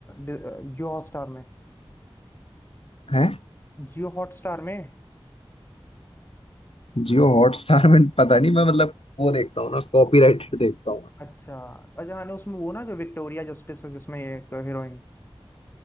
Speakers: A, on the left; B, on the left.
A: जियो हॉटस्टार में
B: हैं
A: जियो हॉटस्टार में
B: जियो हॉटस्टार में पता नहीं मैं मतलब वो देखता हूँ ना कॉपीराइटेड देखता हूँ
A: अच्छा अच्छा हाँ नहीं, उसमें वो ना जो विक्टोरिया जस्टिस है जिसमें ये एक हीरोइन